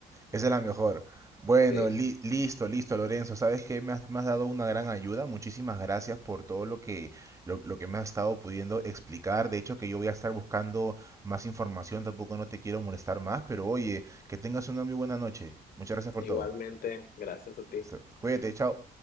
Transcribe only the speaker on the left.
Sí,
igualmente,
gracias a ti.